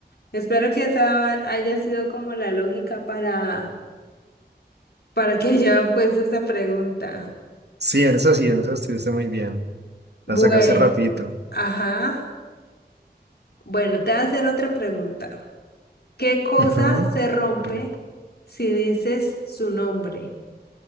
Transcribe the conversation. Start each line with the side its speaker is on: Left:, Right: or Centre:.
Left: Espero que esa haya sido como la lógica para, para que haya puesto esa pregunta.
Right: Sí, en esa sí, en esa estuviste muy bien.
Left: Bueno,
Right: La sacaste rapidito.
Left: ajá. Bueno, te voy a hacer otra pregunta. ¿Qué cosa
Right: Ujú.
Left: se rompe
Right: Perfecto.
Left: si dices su nombre?